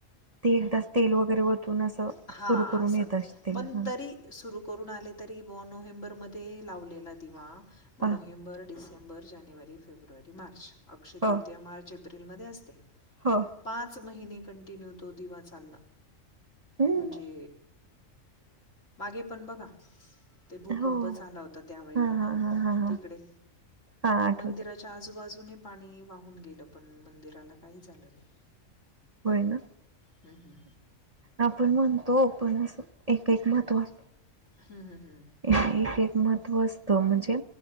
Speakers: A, on the right; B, on the left.
A: ते एकदा तेल वगैरे वतून असं
B: हां
A: सुरू करून
B: असं
A: येत असतील,
B: पण
A: ह.
B: तरी सुरू करून आले तरी बा, नोव्हेंबर मध्ये लावलेला दिवा म
A: हां,
B: नोव्हेंबर, डिसेंबर, बर, जानेवारी, फेब्रुवारी, मार्च अक्षय
A: हां,
B: तृतीया मार्च एप्रिलमध्ये असते.
A: हां.
B: पाच महिने कंटिन्यू तो दिवा चाला.
A: हं.
B: म्हणजे मागे पण बघा ते भूकंप
A: हो.
B: झाला होता, त्यावेळेला
A: हां, हां, हां, हां, हां.
B: तिकडे
A: हां, आठवतंय.
B: मंदिराच्या आजूबाजू जुने पाणी वाहून गेलं पण, मंदिराला काहीच झालं नाही.
A: होय ना,
B: हं, हं.
A: आपण म्हणतो पण अस एक एक महत्व असत,
B: हं, हं, हं.
A: क एक महत्व अस बा म्हणजे